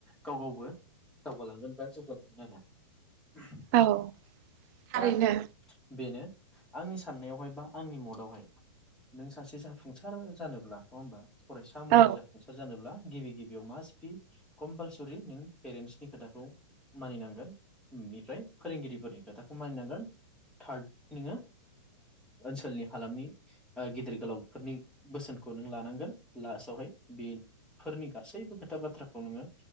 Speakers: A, in the centre; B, on the right.
A: गाव गावबो दावगालांगोन। <unintelligible> <unintelligible>
B: औ थारैनो
A: दा बेनो आंनि साननायावहाय बा आंनि मदावहाय नों सासे जाफुंसार जानोब्ला नङा होमबा फरायसा महरै
B: औ
A: जाफुंसार जानोब्ला गिबि गिबियाव मास बि कम्पालसरि नों पेरेन्टसनि खोथाखौ मानिनांगोननिफ्राय फोरोंगिरिफोरनि खोथाखौ मानिनांगोन थार्ड नोङो ओनसोलनि हालामनि गिदिर गोलावफोरनि बोसोनखौ नों लानांगोन लास्टावहाय बेफोरनि गासैबो खोथा बाथ्राखौ नोङो